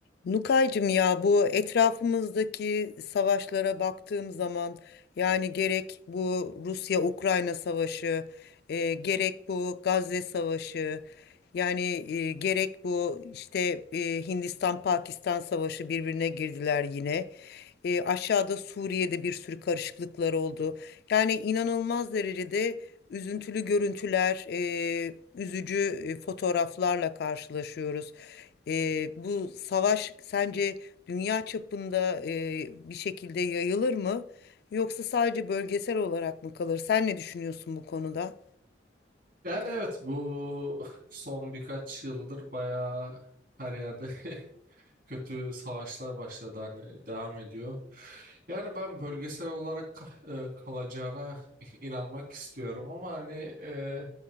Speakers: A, on the left (about 55°); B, on the right (about 50°).
A: Nukaycığım ya bu etrafımızdaki savaşlara baktığım zaman yani gerek bu Rusya-Ukrayna savaşı e, gerek bu Gazze savaşı yani e, gerek bu işte e, Hindistan-Pakistan savaşı birbirine girdiler yine. E, aşağıda Suriye'de bir sürü karışıklıklar oldu. Yani inanılmaz derecede Üzüntülü görüntüler, e, üzücü e, fotoğraflarla karşılaşıyoruz. E, bu savaş sence dünya çapında e, bir şekilde yayılır mı? Yoksa sadece bölgesel olarak mı kalır? Sen ne düşünüyorsun bu konuda?
B: Yani evet bu <laughs> son birkaç yıldır bayağı her yerde <laughs> kötü savaşlar başladı hani devam ediyor. Yani ben bölgesel olarak ka- e, kalacağına <laughs> inanmak istiyorum ama hani e,